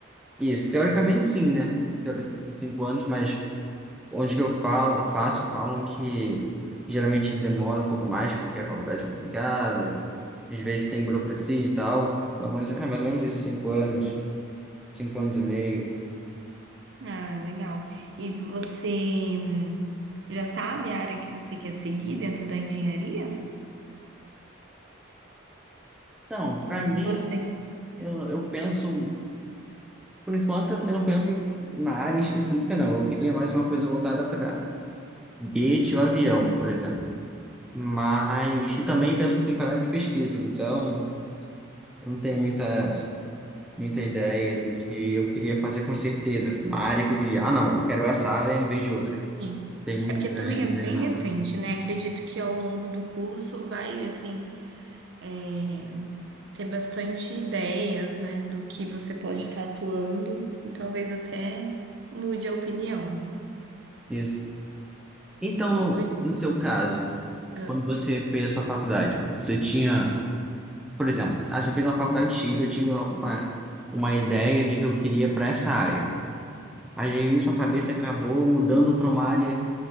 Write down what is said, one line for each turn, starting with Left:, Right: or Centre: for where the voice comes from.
Centre: Isso, teoricamente sim, né? Teori- Cinco anos, mas onde que eu falo, faço, falam que geralmente demora um pouco mais, porque a faculdade é complicada, às vezes tem burocracia e tal. Então, mas é mais ou menos isso, cinco anos, cinco anos e meio.
Right: Ah, legal. E você hum, já sabe a área que você quer seguir dentro da engenharia?
Centre: Então, para mim,
Right: Você ainda?
Centre: eu, eu penso, por enquanto, eu eu não penso na área específica, não. Eu queria mais uma coisa voltada para gate ou avião, por exemplo. Mas e também penso um pouquinho para área de pesquisa, então eu não tenho muita muita ideia do que eu queria fazer com certeza, uma área que eu queria. Ah, não, eu quero essa área em vez de outra.
Right: Sim.
Centre: Não tem muita
Right: É porque também
Centre: ideia,
Right: é bem
Centre: não,
Right: recente,
Centre: né?
Right: né? Acredito que ao longo do curso vai, assim, é, ter bastante ideias, né, do que você pode estar atuando e talvez até mude a opinião.
Centre: Isso. Então, no,
Right: Hoje,
Centre: no seu caso,
Right: ah,
Centre: quando você fez a sua faculdade, você tinha, por exemplo, ah, você fez uma faculdade X, eu tinha uma, uma ideia de que eu queria para essa área. Mas aí sua cabeça acabou mudando para uma área